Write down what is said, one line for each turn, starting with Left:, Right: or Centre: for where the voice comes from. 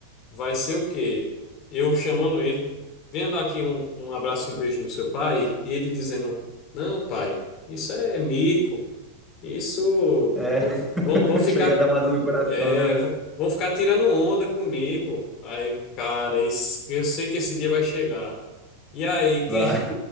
Left: vai ser o quê? Eu chamando ele, venha dar aqui um, um abraço e um beijo no seu pai, e ele dizendo: Não, pai, isso é mico, isso.
Centre: É, <laughs>
Left: Vão, vão vão ficar,
Centre: chega a dar uma dor no coração,
Left: é,
Centre: né?
Left: vão, vão ficar tirando onda comigo. Aí, cara, isso, eu sei que esse dia vai chegar. E aí,
Centre: Vai.
Left: quem